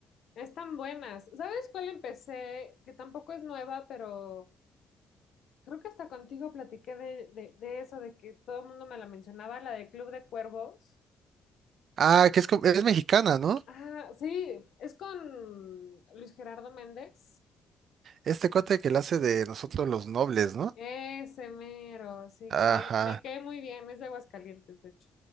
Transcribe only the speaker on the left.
están buenas. ¿Sabes cuál empecé? Que tampoco es nueva, pero Creo que hasta contigo platiqué de, de, de eso, de que todo el mundo me la mencionaba, la de Club de Cuervos.
Ah, sí, es con Luis Gerardo Méndez.
Ese mero, sí, que
me, me cae muy bien, es de Aguascalientes, de hecho.